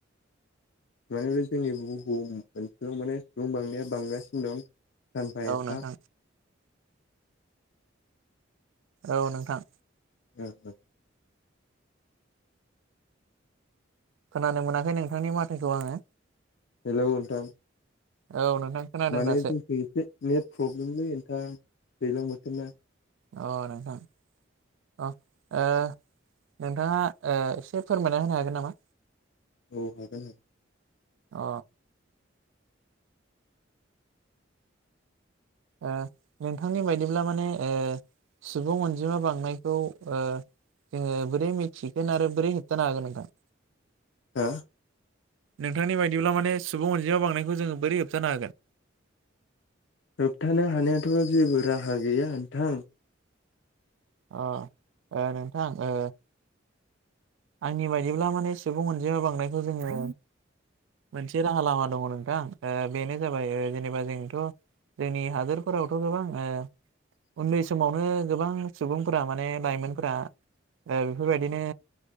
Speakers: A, on the left; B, on the right.
A: माने बे जोंनि बुहुमखौ ओसोलाव माने सुबुं बांनाया बांगासिनो दं सानफा
B: औ
A: एफा
B: नोंथां औ नोंथां
A: ओ ओ
B: खोनानो मोनाखै नोंथांनि माथोखौ आङो
A: हेल' नोंथां
B: औ नोंथां खोनादों
A: माने
B: दासो
A: जोंखै एसे नेट प्रब्लेमलै नोंथां दैज्लां बोथोरना
B: अ नोंथां अ ओ नोंथाङा ओ एसे फोरमायना होनो हागोन नामा
A: औ हागोन
B: अ ओ नोंथांनि बायदिब्ला माने ओ सुबुं अनजिमा बांनायखौ ओ जोङो बोरै मिथिगोन आरो बोरै होबथानो हागोन नोंथां
A: हा?
B: नोंथांनि बायदिब्ला माने सुबुं अनजिमा बांनायखौ जोङो बोरै होबथानो हागोन?
A: होबथानो हानायाथ' जेबो राहा गैया नोंथां
B: अ ओ नोंथां ओ आंनि बायदिब्ला माने सुबुं अनजिमा बांनायखौ जोङो मोनसे राहा लामा दङ नोंथां ओ बेनो जाबाय जेनेबा जोंथ' जोंनि हादोरफोरावथ' गोबां ओ उन्दै समावनो गोबां सुबुंफोरा माने लाइमोनफोरा ओ बेफोर बायदिनो